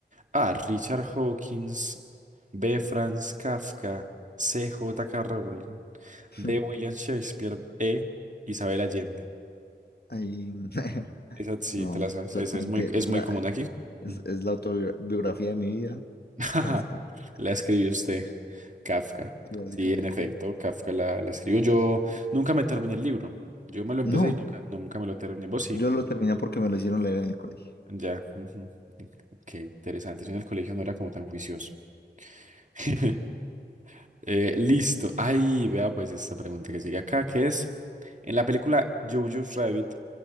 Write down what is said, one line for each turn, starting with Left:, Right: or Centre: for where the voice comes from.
Right: A. Richard Hawkins. B. Franz Kafka. C. J.K. Rowling.
Left: <laughs>
Right: D. William Shakespeare. E. Isabel Allende.
Left: Ahí,
Right: Esa
Left: <laughs>
Right: sí
Left: no,
Right: te la sabes.
Left: claramente
Right: Esa es muy, es
Left: la,
Right: muy común aquí.
Left: es,
Right: Mm.
Left: es la autobiografía de mi vida,
Right: <laughs>
Left: Franz Kafka,
Right: La escribió usted, Kafka.
Left: sí, básicamente.
Right: Sí, en efecto, Kafka la, la escribió. Yo nunca me terminé el libro. Yo me lo empecé
Left: No,
Right: y nunca, nunca me lo terminé. ¿Vos sí?
Left: yo lo terminé porque me lo hicieron leer en el colegio.
Right: Ya, ujú. Qué interesante. Yo en el colegio no era como tan juicioso. <laughs> Eh, listo. Ay, vea pues esta pregunta que sigue acá, que es, en la película Jojo's Rabbit,